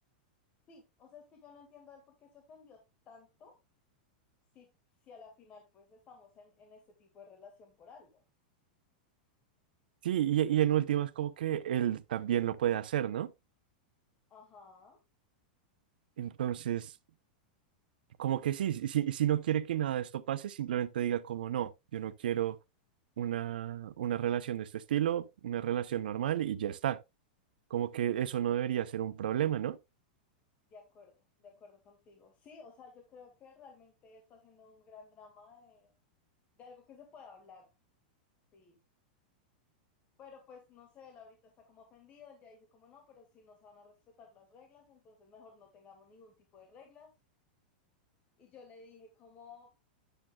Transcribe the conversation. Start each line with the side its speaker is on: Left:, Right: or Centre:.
Left: sí, o sea, es que yo no entiendo a él por qué se ofendió tanto si, si a la final pues estamos en, en este tipo de relación por algo.
Right: Sí, y, y en últimas como que él también lo puede hacer, ¿no?
Left: Ajá,
Right: Entonces, Como que sí, si, si no quiere que nada de esto pase, simplemente diga como no, yo no quiero una, una relación de este estilo, una relación normal y ya está. Como que eso no debería ser un problema, ¿no?
Left: de acuerdo, de acuerdo contigo. Sí, o sea, yo creo que realmente está haciendo un gran drama de, de algo que se puede hablar, sí. Pero pues no sé, él ahorita está como ofendido, él ya dice como no, pero si no se van a respetar las reglas, entonces mejor no tengamos ningún tipo de reglas. Y yo le dije como,